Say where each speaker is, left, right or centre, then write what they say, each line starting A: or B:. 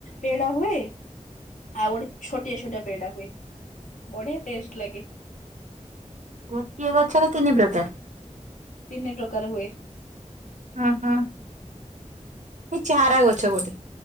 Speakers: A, on the left (about 80°); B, on the right (about 65°).
A: ପେଡା ହୁଏ। ଆଉ ଗୋଟେ ଛୋଟିଆ ଛୋଟିଆ ପେଡା ହୁଏ। ବଢିଆ ଟେଷ୍ଟ ଲାଗେ।
B: ଗୋଟିଏ ଗଛର ତିନି ପ୍ରକାର?
A: ତିନି ପ୍ରକାର ହୁଏ।
B: ହଁ ହଁ ଏ ଚାରା ଗଛ ବୋଧେ।